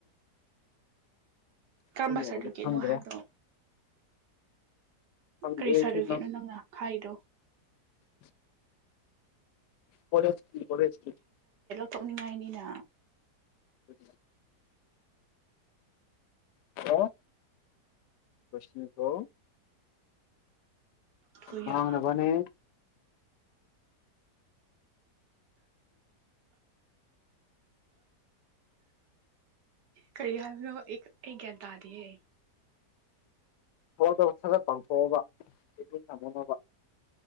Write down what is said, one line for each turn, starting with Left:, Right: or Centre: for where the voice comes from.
Right: ꯀꯔꯝꯕ
Left: ꯑꯗꯨꯒꯤ
Right: ꯁꯥꯔꯇꯤꯐꯤꯀꯦꯠꯅꯣ
Left: ꯑꯣꯏꯔꯝꯒꯅꯤ ꯈꯪꯗ꯭ꯔꯦ
Right: ꯍꯥꯏꯕꯗꯅꯣ
Left: ꯈꯪꯗꯦ
Right: ꯀꯔꯤ
Left: ꯑꯩꯁꯨ
Right: ꯁꯥꯔꯇꯤꯐꯤꯀꯦꯠꯅꯣ ꯅꯪꯅ ꯍꯥꯏꯗꯣ
Left: <inaudible> ꯄꯦ ꯏꯁꯇꯔꯤ ꯄꯦ ꯏꯁꯇꯔꯤ
Right: ꯇꯣꯛꯅꯤꯡꯉꯥꯏꯅꯤꯅ
Left: ꯎ ꯎ ꯑ ꯁ ꯀꯣ
Right: ꯊꯨꯌꯥ
Left: ꯃꯥꯅ ꯐꯅꯦ
Right: ꯀꯔꯤ ꯍꯥꯏꯅ ꯑꯩ ꯀꯟ ꯇꯥꯗꯤꯌꯦ
Left: ꯍꯗꯁꯔ ꯇꯥꯡꯊꯣꯛꯑꯕ ꯑꯗꯨꯗꯤ ꯀꯃꯅꯣꯕ